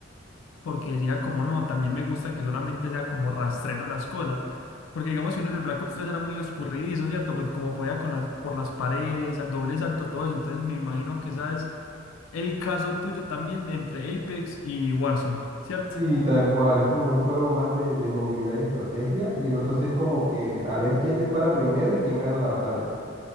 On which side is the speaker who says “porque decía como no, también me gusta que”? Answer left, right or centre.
Left